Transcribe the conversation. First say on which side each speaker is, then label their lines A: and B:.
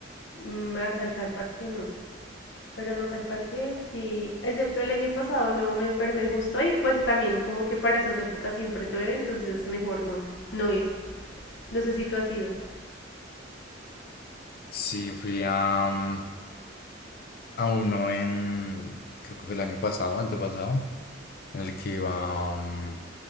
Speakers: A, on the left; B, on the left.
A: Más salsa al parque no. Pero Rock al Parque sí, excepto el año pasado no me enfermé justo y pues también como que para esas épocas siempre llueve, entonces mejor no, no ir. No sé si tú has ido.
B: Sí, fui a, mm, a uno en, creo que fue el año pasado, antepasado. en el que iba... mm,